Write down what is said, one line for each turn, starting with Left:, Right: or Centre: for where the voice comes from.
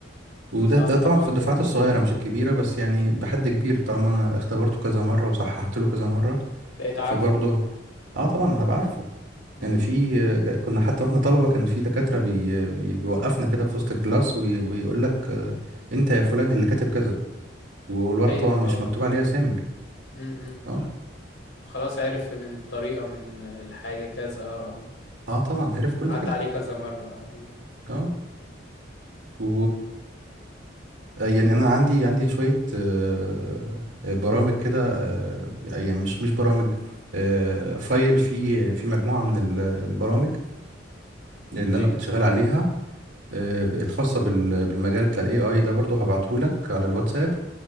Right: وده
Left: صح
Right: ده طبعا
Left: برضه
Right: في الدفعات الصغيرة مش الكبيرة بس يعني بحد كبير طالما انا اختبرته كذا مرة وصححت له كذا مرة
Left: بقيت عارفه
Right: فبرضه
Left: بقى
Right: اه طبعا هبقى عارفه
Left: امم
Right: يعني في آه، كنا حتى واحنا طلبة كان في دكاترة بي بي- بيوقفنا كده في وسط الكلاس وي- ويقول لك آه، انت يا فلان اللي كاتب كذا والورقة
Left: ايوه
Right: طبعا مش
Left: اه
Right: مكتوب عليها اسامي
Left: امم
Right: اه
Left: خلاص عرف من الطريقة من الحاجة كذا اه
Right: اه طبعا عرف كل
Left: آه. عدى
Right: حاجة
Left: عليه كذا مرة اه ايوه
Right: اه و آه، يعني انا عندي عندي شويه آه، آه، برامج كده آه، يعني مش مش برامج آه، فايل في في مجموعه من ال- البرامج اللي
Left: ايوه
Right: انا كنت شغال عليها آه، الخاصه بال- بالمجال بتاع الاي اي ده برضو هبعتهولك على الواتساب